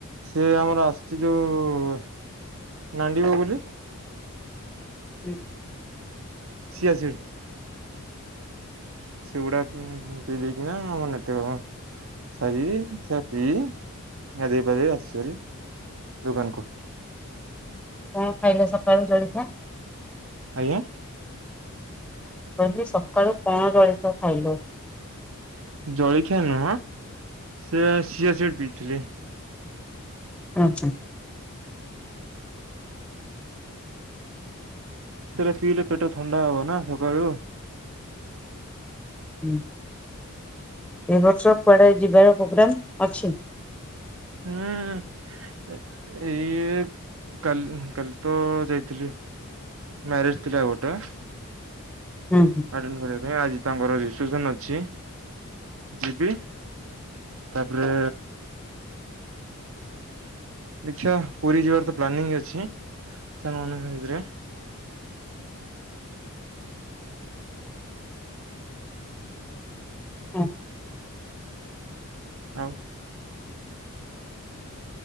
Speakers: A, on the right (about 65°); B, in the centre.
A: ସେ ଆମର ଆସୁଛି ଯୋଉ ନାଣ୍ଡି ବଗୁଲୀ।
B: ହୁଁ।
A: ସିଆସିଡ୍ ସେଗୁଡା ଭିଜେଇକିନା ଆମର ନିତ୍ୟକର୍ମ ସାରିବି ସିଆଡେ ଯିବି ଗାଧେଇ ପାଧେଇ କି ଆସିବି। ଦୁକାନକୁ।
B: କଣ ଖାଇଲେ ସକାଳୁ ଜଳଖିଆ?
A: ଆଜ୍ଞା।
B: କହିଲି ସକାଳୁ କଣ ଜଳଖିଆ ଖାଇଲ?
A: ଜଳଖିଆ ନୁହଁ ସିଏ ସିଆସି ପିଇଥିଲି।
B: ଆଚ୍ଛା।
A: ସେଟା ଠିକ୍ ରେ ପେଟ ଥଣ୍ଡା ହବ ନା ସକାଳୁ।
B: ହୁଁ। ଏବ ବର୍ଷ କୁଆଡ଼େ ଯିବାର ପ୍ରୋଗ୍ରାମ ଅଛି?
A: ହୁଁ ଏ-ଏଇ କାଲି କାଲି ତ ଯାଇଥିଲି ମ୍ୟାରେଜ ଥିଲା ଆଉ ଗୋଟେ। ଆଟେଣ୍ଡ
B: ହୁଁ
A: କରିବା ପାଇଁ ଆଜି ତାଙ୍କର ରି ସେପ୍ସନ ଅଛି ଯିବି ତାପରେ ଦେଖିଆ ପୁରୀ ଯିବାର ତ ପ୍ଲାନିଂ ଅଛି ସାଙ୍ଗ ମଙ୍କ ଭିତରେ।
B: ହଁ।
A: ଆଉ